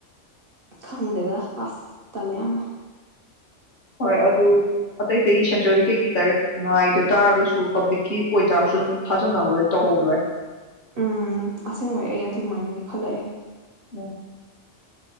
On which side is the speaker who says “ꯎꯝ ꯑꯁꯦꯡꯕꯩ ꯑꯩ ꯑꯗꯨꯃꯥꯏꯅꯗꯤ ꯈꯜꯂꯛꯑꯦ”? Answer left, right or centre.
Right